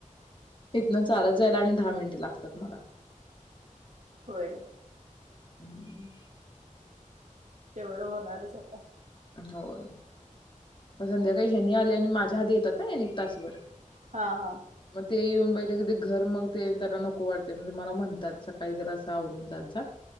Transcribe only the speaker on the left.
इथन चालत जायला आणी दहा मिनटं लाग भितात मला
हम्म
होय मग संध्याकाळी ह्यांनी आले आणी माझ्या आधी येतात हा ह्यांनी एक तासभर.
मग ते येऊन बघितलं कि ते घर मग ते त्यांना नको वाटतंय म ते मला म्हणतात सकाळी जरासं आवरून जात जा